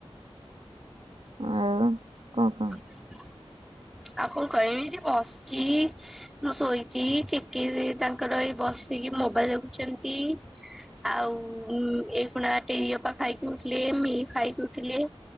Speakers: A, on the right (about 70°); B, in the centre.
A: ଆଉ କହ କହ।
B: <inaudible> ଆଉ କଣ କହିମି ଏଠି ବସିଚି। ମୁଁ ଶୋଇଚି କେଟି ଦିଦି ତାଙ୍କର ଏଇ ବସିକି ମୋବାଇଲ ଦେଖୁଚନ୍ତି। ଆଉ ଉଁ ଏଇ ଖୁଣା ଟେରି ଅପା ଖାଇକି ଉଠିଲେ। ମି ଖାଇକି ଉଠିଲେ,